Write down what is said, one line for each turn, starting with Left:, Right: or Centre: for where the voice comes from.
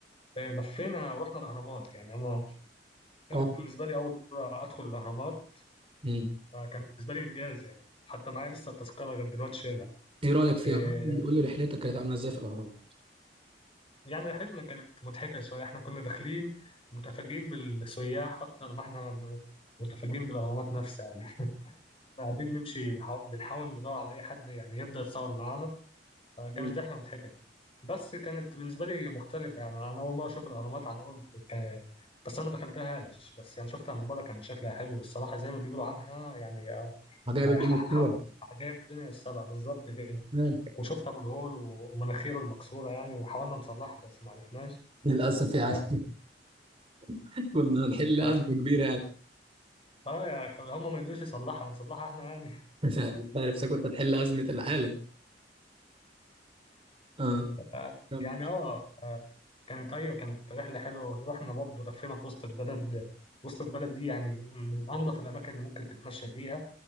Left: فلفينا ورحنا الأهرامات يعني أنا كانت
Right: اه
Left: بالنسبة لي أول مرة أدخل الأهرامات
Right: مم.
Left: فكان بالنسبة لي إنجاز يعني حتى معايا لسه التذكرة لغاية دلوقتي شايلها
Right: ايه رأيك فيها
Left: إيه
Right: قول لي قول لي رحلتك كانت عاملة ازاي في الأهرامات
Left: يعني رحلتنا كانت مضحكة شوية إحنا كنا داخلين متفاجئين بالسياح أكتر ما إحنا م- متفاجئين بالأهرامات نفسها يعني <laughs> قاعدين نمشي نحا- بنحاول ندور على أي حد يعني يبدأ يتصور معانا فكانت
Right: مم.
Left: رحلة مضحكة بس كانت بالنسبة لي مختلفة يعني أنا أول مرة أشوف الأهرامات عن قرب كان- بس أنا ما دخلتهاش بس يعني شفتها من بره كان شكلها حلو والصراحة زي ما بيقولوا عنها يعني آه،
Right: عجائب
Left: هيحقق
Right: الدنيا السبع
Left: عجائب الدنيا السبع بالظبط كده
Right: تمام.
Left: وشفت أبو الهول و- ومناخيره المكسورة يعني وحاولنا نصلحها بس ما عرفناش
Right: للأسف يعني
Left: ف...
Right: <laughs> كنا هنحل
Left: ف...
Right: أزمة كبيرة يعني
Left: آه يعني هم ما يقدروش يصلحها نصلحها إحنا يعني
Right: <laughs> يعني أنت عارف كنت هتحل أزمة العالم اه
Left: ف-
Right: كمل.
Left: يعني آه ف- كانت أيوة كانت رحلة حلوة رحنا برضه لفينا في وسط البلد وسط البلد دي يعني من من أنظف الأماكن اللي ممكن تتمشى فيها